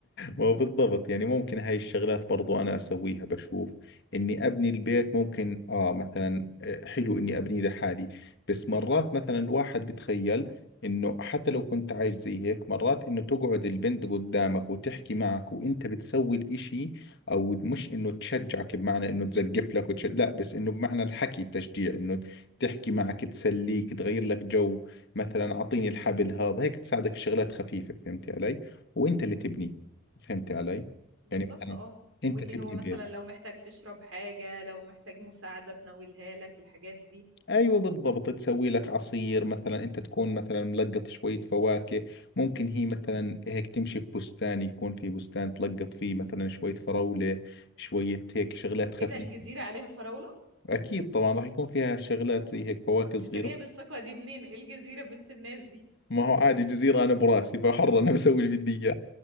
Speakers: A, on the left; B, on the right.
A: ما هو بالضبط يعني ممكن هاي الشغلات برضو أنا أسويها بشوف إني أبني البيت ممكن آه مثلا آه، حلو إني أبنيه لحالي بس مرات مثلا الواحد بتخيل إنه حتى لو كنت عايش زي هيك مرات إنه تقعد البنت قدامك وتحكي معك وإنت بتسوي الإشي أو مش إنه تشجعك بمعنى إنه تزقف لك وتش... لا بس إنه بمعنى الحكي التشجيع إنه تحكي معك تسليك تغير لك جو مثلا أعطيني الحبل هذا هيك تساعدك في شغلات خفيفة فهمتي علي وإنت اللي تبني فهمت علي
B: بالظبط
A: يعني مثلا
B: اه واللي
A: انت تبني
B: هو مثلا
A: بيت
B: لو محتاج تشرب حاجة لو محتاج مساعدة تناولها لك الحاجات دي
A: ايوه بالضبط تسوي لك عصير مثلا انت تكون مثلا ملقط شوية فواكه ممكن هي مثلا هيك تمشي في بستان يكون في بستان تلقط فيه مثلا شوية فراولة شوية هيك شغلات خفيفة
B: ايه ده الجزيرة عليها فراولة
A: اكيد طبعا راح يكون فيها شغلات زي هيك فواكه صغيرة
B: انت جايب الثقة دي منين ايه الجزيرة بنت الناس دي
A: ما هو عادي جزيرة انا براسي فحر انا بسوي اللي بدي اياه